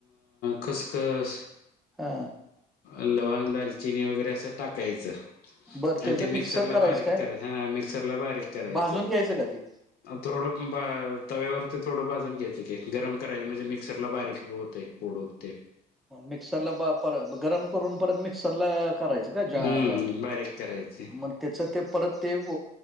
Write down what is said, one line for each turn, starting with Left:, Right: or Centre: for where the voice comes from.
Left: खसखंस.
Centre: हा.
Left: लवग दालचिनी वगैरे असं टाकायचं.
Centre: बर
Left: आणि
Centre: त्याचं
Left: ते
Centre: मिक्सर
Left: मिक्सरला
Centre: करायचं
Left: बारीक
Centre: काय
Left: करायच हा मिक्सरला बारीक करायचं.
Centre: भाजून घ्यायचं का ते
Left: थोडं तव्यावरती थोडं भाजून घ्यायचं का गरम करायच म्हणजे मिक्सरला बारीक होतेय पोडत.
Centre: मिक्सर ला पर गरम करून परत मिक्सरला करायचं. का
Left: हम्म
Centre: ज
Left: बारीक करायचे.
Centre: मग त्याचं ते परत ते